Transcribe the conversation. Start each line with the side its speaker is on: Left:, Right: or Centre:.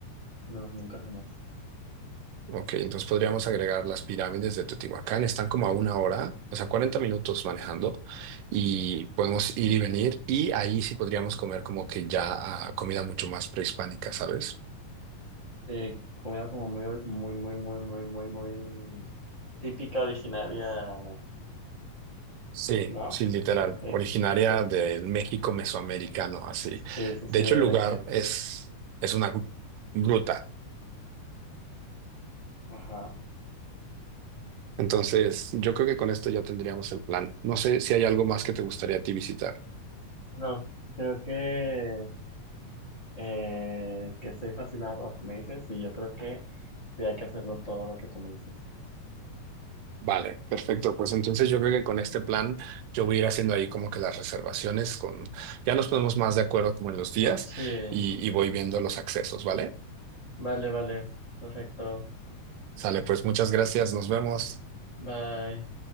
Left: No, nunca jamás.
Right: Ok, entonces podríamos agregar las pirámides de Teotihuacán. Están como a una hora, o sea, 40 minutos manejando y podemos ir y venir. Y ahí sí podríamos comer como que ya ah, comida mucho más prehispánica, ¿sabes?
Left: Eh, comida como muy, muy, muy, muy, muy, muy, muy típica, originaria.
Right: Sí,
Left: ¿no?
Right: sí, literal.
Left: De,
Right: Originaria
Left: de,
Right: del México mesoamericano, así.
Left: sí, sí,
Right: De
Left: sí,
Right: hecho,
Left: de
Right: el lugar
Left: que,
Right: es, es una gru- gruta.
Left: ajá.
Right: Entonces, yo creo que con esto ya tendríamos el plan. No sé si hay algo más que te gustaría a ti visitar.
Left: No, creo que, eh, que estoy fascinado por lo que me dices y yo creo que sí hay que hacerlo todo lo que tú me dices.
Right: Vale, perfecto. Pues entonces yo creo que con este plan yo voy a ir haciendo ahí como que las reservaciones con, ya nos ponemos más de acuerdo como en los días
Left: Sí,
Right: y, y voy viendo los accesos, ¿vale?
Left: vale, vale, perfecto.
Right: Sale, pues muchas gracias, nos vemos.
Left: Bye.